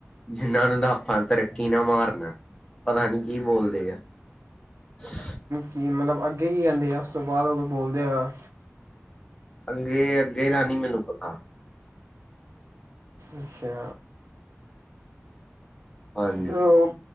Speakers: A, on the left; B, on the right.
A: ਜਿਨਾਂ ਨੂੰ ਤਾਂ ਆਪਾਂ ਤਰੱਕੀ ਨਾ ਮਾਰਨਾ, ਪਤਾ ਨਹੀਂ ਕੀ ਬੋਲਦੇ ਆ। ਹ।
B: ਕਿ ਮਤਲਬ ਅੱਗੇ ਕੀ ਕਹਿੰਦੇ ਆ, ਉਸ ਤੋਂ ਬਾਅਦ ਉਹ ਕੋਈ ਬੋਲਦੇ ਹਾ
A: ਅੱਗੇ, ਅੱਗੇ ਦਾ ਨੀ ਮੈਨੂੰ ਪਤਾ।
B: ਅੱਛਾ।
A: ਹਾਂਜੀ
B: ਉਹ